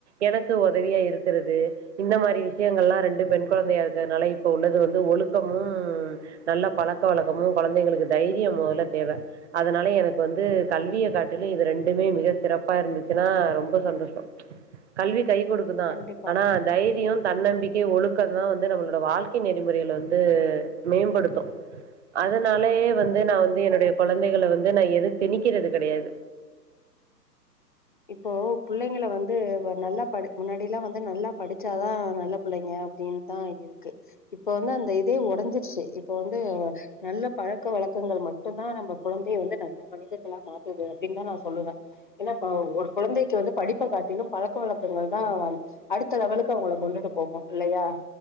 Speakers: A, on the right; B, on the left.
A: எனக்கு உதவியா இருக்குறது இந்த மாரி விஷயங்கள்ல்லா ரெண்டு பெண் குழந்தையா இருக்கிறதுனால இப்ப உள்ளது வந்து ஒழுக்கமும் நல்ல பழக்க வழக்கமு கொழந்தைங்களுக்கு தைரியம் முதல்ல தேவ அதனால எனக்கு வந்து கல்விய காட்டிலு இது ரெண்டுமே மிக சிறப்பா இருந்துச்சுன்னா ரொம்ப சந்தோஷோ கல்வி கை கொடுக்கு தா
B: கண்டிப்பா
A: ஆனா தைரியோ தன்னம்பிக்கை ஒழுக்கந்தா வந்து நம்மளோட வாழ்க்கை நெறிமுறைகளை வந்து மேம்படுத்து
B: உ
A: அதனாலயே வந்து நா வந்து என்னுடைய குழந்தைகள வந்து நா எது திணிக்கிறது கெடையாது
B: இப்போ புள்ளைங்களை வந்து நல்லா படி முன்னாடியெல்லா வந்து நல்லா படிச்சாதா நல்ல புள்ளைங்க அப்டின்னுதா இருக்கு இப்ப வந்து அந்த இதே உடைஞ்சிருச்சு இப்ப வந்து நல்ல பழக்க வழக்கங்கள் மட்டும்தா நம்ம குழந்தைய வந்து நல்ல மனிதர்கலா மாத்துது அப்டின்னு தா நா சொல்லுவே அ ஒரு குழந்தைக்கு வந்து படிப்ப காட்டிலும் பழக்க வழக்கங்கள்தா அடுத்த லெவலுக்கு அவுங்கள கொண்டுட்டு போகு இல்லயா